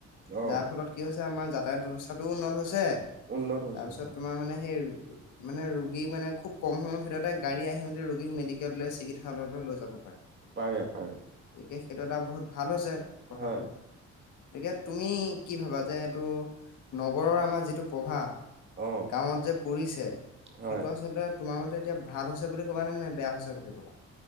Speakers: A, on the right (about 40°); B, on the left (about 80°).
A: অ
B: যাৰ ফলত কি হৈছে আমাৰ যাতায়াত ব্যৱস্থাতটোও উন্নত হৈছে
A: উন্নত হৈছে
B: তাৰ পিছত
A: হয়
B: তোমাৰ মানে সেই মানে, ৰোগী মানে খুব কম সময়ৰ ভিতৰতে, গাড়ী আহি মেলি ৰোগীক, মেডিকেললৈ, চিকিৎসালয়লৈ লৈ যাব।
A: পাৰে পাৰে
B: গতিকে, সেইটো এটা বহুত ভাল হৈছে কথাটো।
A: হয়
B: তিকে, তুমি কি ভাবা যে, এইটো নগৰৰ আমাৰ যিটো প্ৰভাৱ,
A: অ
B: গাঁৱত যে পৰিছে,
A: হয়
B: সেইটো আচলতে তোমাৰ এতিয়া ভাল হৈছে বুলি কবা নে, নে বেয়া হৈছে বুলি ক'বা?